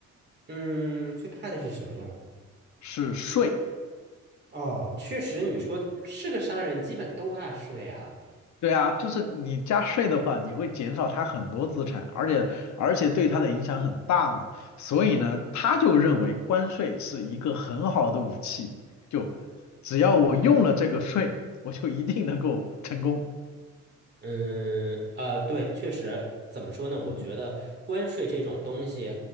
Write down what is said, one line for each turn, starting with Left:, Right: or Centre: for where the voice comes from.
Right: 嗯，最怕的是什么呀？
Left: 是税。
Right: 哦，确实，你说是个商人，基本都怕税啊。
Left: 对啊，就是你加税的话，你会减少他很多资产，而且而且对他的影响很大嘛。所以呢，他就认为关税是一个很好的武器，就只要我用了这个税，我就一定能够成功。
Right: 嗯，呃，对，确实，怎么说呢？我觉得关税这种东西，
Left: 嗯